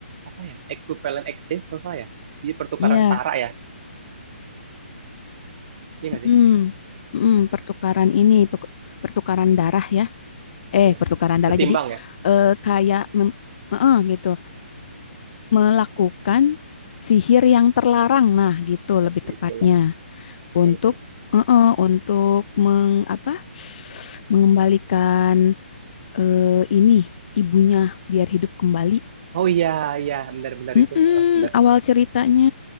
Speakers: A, on the right (about 40°); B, on the left (about 45°).
A: apa ya? Equivalent exchange kalau nggak salah ya. Jadi pertukaran
B: iya.
A: setara ya. Iya nggak
B: Mm-mm.
A: sih?
B: Mm-mm, pertukaran ini pe- pertukaran darah ya. Eh,
A: Iya,
B: pertukaran darah
A: setimbang
B: jadi
A: ya.
B: eh, kayak mem- heeh, gitu. melakukan sihir yang terlarang. Nah, gitu
A: Nah,
B: lebih tepatnya
A: itulah.
B: untuk
A: Nah, itulah.
B: eh, eh, untuk meng apa mengembalikan eh, ini ibunya biar hidup kembali.
A: Oh iya, iya, benar-benar
B: Mm-mm,
A: itu. Heeh, Benar.
B: awal ceritanya